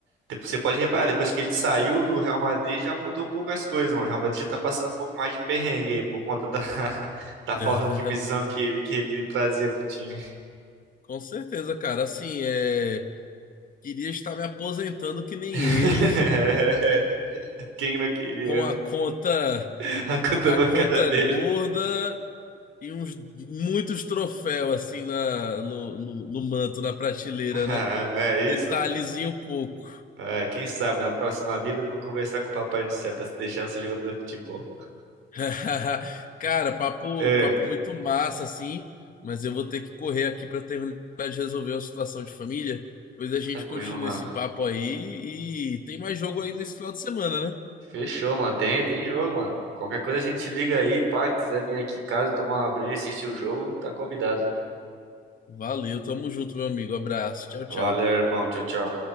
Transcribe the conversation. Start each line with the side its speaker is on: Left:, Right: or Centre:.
Right: Depois, você pode reparar, depois que ele saiu do Real Madrid, já mudou um pouco as coisas, mano. O Real Madrid já tá passando um pouco mais de perrengue aí, por conta da, <laughs> da
Left: <laughs>
Right: falta de visão que ele, que ele trazia pro time.
Left: Com certeza, cara. Assim, é, queria estar me aposentando que nem
Right: <laughs>
Left: ele,
Right: Quem não queria,
Left: <laughs> com
Right: né?
Left: a conta.
Right: <laughs> A conta
Left: a
Right: bancária
Left: conta
Right: dele.
Left: gorda e uns muitos troféus assim na, no, no, no manto, na prateleira,
Right: <laughs> Ah,
Left: né?
Right: não é isso,
Left: Detalhezinho pouco.
Right: É, quem sabe na próxima vida eu vou conversar com o Papai do Céu pra deixar você jogador de futebol.
Left: <laughs> Cara, papo,
Right: É,
Left: papo muito massa, assim, mas eu vou ter que correr aqui para terminar de resolver uma situação de família. Pois a gente
Right: tranquilo,
Left: continua
Right: mano.
Left: esse papo aí e tem mais jogo aí nesse final de semana, né?
Right: Fechou, mano. Tem, tem jogo, mano. Qualquer coisa a gente liga aí, pá. Quiser vir aqui em casa tomar uma breja e assistir o jogo, tá convidado.
Left: Valeu, tamo junto, meu amigo. Abraço, tchau,
Right: Valeu,
Left: tchau.
Right: irmão. Tchau, tchau.